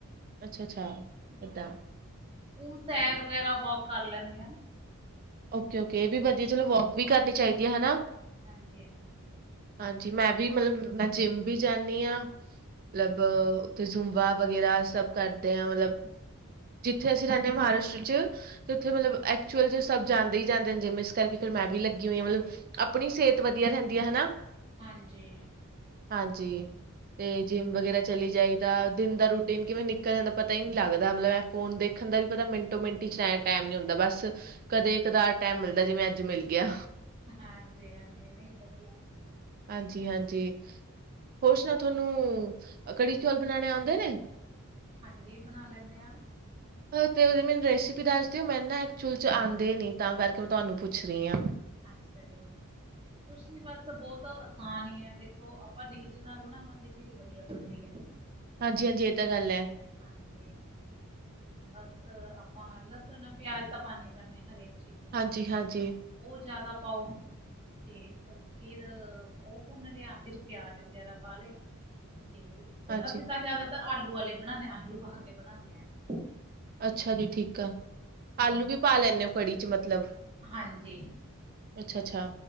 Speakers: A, on the right; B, on the right.
A: ਅੱਛਾ ਅੱਛਾ ਏਦਾਂ
B: ਹਾਂਜੀ ਉਹ ਸੈਰ ਵਗੈਰਾ ਵੋਕ ਕਰ ਲੈਂਣੇ ਆ
A: ਓਕੇ ਓਕੇ ਇਹ ਵੀ ਵਧੀਆ ਚਲੋ ਵੋਕ ਵੀ ਕਰਨੀ ਚਾਹੀਦੀ ਹੈ ਹਨਾ
B: ਹਾਂਜੀ ਹਾਂਜੀ
A: ਹਾਂਜੀ ਮੈਂ ਵੀ ਮਤਲਬ ਮੈਂ ਜਿੰਮ ਵੀ ਜਾਂਣੀ ਹਾਂ ਮਤਲਬ ਤੇ ਜੂੰਬਾ ਵਗੈਰਾ ਸਭ ਕਰਦੇ ਆਂ ਮਤਲਬ ਜਿੱਥੇ ਅਸੀਂ ਰਹਿੰਦੇ ਹਾਂ ਮਹਾਰਾਸ਼ਟਰ ਚ ਤੇ ਉੱਥੇ ਮਤਲਬ ਐਕਚੁਅਲ ਚ ਸਭ ਜਾਂਦੇ ਹੀ ਜਾਂਦੇ ਨੇ ਜਿਮ ਇਸ ਕਰਕੇ ਫਿਰ ਮੈਂ ਵੀ ਲੱਗੀ ਹੋਈ ਹਾਂ ਮਤਲਬ ਆਪਣੀ ਸਿਹਤ ਵਧੀਆ ਰਹਿੰਦੀ ਹੈ ਹਨਾ
B: ਹਾਂਜੀ
A: ਹਾਂਜੀ ਤੇ ਜਿੰਮ ਵਗੈਰਾ ਚਲੀ ਜਾਈਦਾ ਦਿਨ ਦਾ ਰੂਟੀ ਦਿਨ ਕਿਵੇਂ ਨਿਕਲ ਜਾਂਦਾ ਪਤਾ ਹੀ ਨੀ ਲਗਦਾ ਮਤਲਬ ਏਹ ਫੋ਼ਨ ਦੇਖਣ ਦਾ ਵੀ ਪਤਾ ਮਿੰਟੋ ਮਿੰਟੀ ਚ ਟੈ ਟੈਮ ਨੀ ਹੁੰਦਾ ਬਸ ਕਦੇ ਕਦਾਰ ਟੈਮ ਮਿਲਦਾ ਜਿਵੇਂ ਅੱਜ ਮਿਲ ਗਿਆ
B: ਹਾਂਜੀ ਹਾਂਜੀ ਨਹੀਂ ਵਧੀਆ
A: ਹਾਂਜੀ ਹਾਂਜੀ ਹੋਰ ਸੁਣਾਉ ਥੋਨੂੰ ਕੜੀ ਚੌਲ਼ ਬਣਾਉਣੇ ਆਉਂਦੇ ਨੇ
B: ਹਾਂਜੀ ਬਣਾ ਲੈਣੇ ਆ
A: ਹ ਤੇ ਉਦੀ ਰੈਸਿਪੀ ਦੱਸ ਦਿਓ ਨਾ ਐਕਚੁਲ 'ਚ ਆਂ ਦੇ ਨੀ ਤਾਂ ਕਰਕੇ ਮੈਂ ਤੁਹਾਨੂੰ ਪੁੱਛ ਰਈ ਆਂ।
B: ਅੱਛਾ ਜੀ। ਕੁਛ ਨੀ ਬਸ ਬੋਤ ਆਸਾਨ ਈ ਐ ਦੇਖੋ ਆਪਾਂ ਰੀਝ ਨਾਲ ਬਣਾਵਾਂਗੇ ਚੀਜ਼ ਵਧੀਆ ਬਣਦੀ ਐ।
A: ਹਾਂਜੀ-ਹਾਂਜੀ ਏ ਤਾਂ ਗੱਲ ਏ।
B: ਹਾਂਜੀ ਬਸ ਆਪਾਂ ਲੱਸਣ ਪਿਆਜ ਤਾਂ ਪਾਣੇ ਈ ਪਾਣੇ ਹਰੇ ਠੀਕ ਏ
A: ਹਾਂਜੀ-ਹਾਂਜੀ,
B: ਚਲ ਓ ਜਾਦਾ ਪਾਉ ਠੀਕ ਐ। ਫਿਰ ਓ ਭੁੰਨ ਲਿਆ ਫਿਰ ਪਿਆਜ਼ ਵਗੈਰਾ ਪਾ ਲਏ ਤੇ
A: ਹਾਂਜੀ-ਹਾਂਜੀ।
B: ਫਿਰ ਅਸੀ ਤਾਂ ਜਾਦਾਤਰ ਆਲੂ ਆਲੇ ਬਣਾਣੇ ਆ ਆਲੂ ਪਾ ਕੇ ਬਣਾਣੇ ਆਂ
A: ਅੱਛਾ ਜੀ ਠੀਕ ਆ ਆਲੂ ਵੀ ਪਾ ਲੈਂਣੇ ਓ ਕੜੀ 'ਚ ਮਤਲਬ
B: ਹਾਂਜੀ
A: ਅੱਛਾ-ਅੱਛਾ